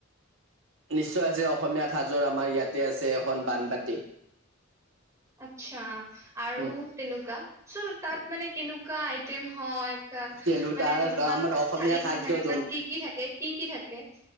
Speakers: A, on the right (about 75°); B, on the right (about 15°).
A: নিশ্চয় আছে, অসমীয়া সাজৰ আমাৰ ইয়াতে আছে এখন বানবাটি।
B: আচ্ছা, আৰু
A: উম
B: তেনেকুৱা? চ্' তাত মানে কেনেকুৱা আইটেম হয়, ক
A: কিন্তু
B: মানে
A: তাৰ
B: যোনখন
A: আমাৰ অসমীয়া
B: থালি
A: খাদ্য
B: খন থাকে,
A: যোন
B: তাত কি কি থাকে? কি কি থাকে?